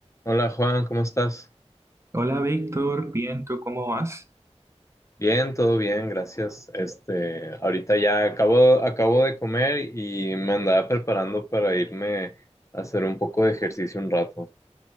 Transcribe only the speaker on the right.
Hola Víctor, bien, ¿tú cómo vas?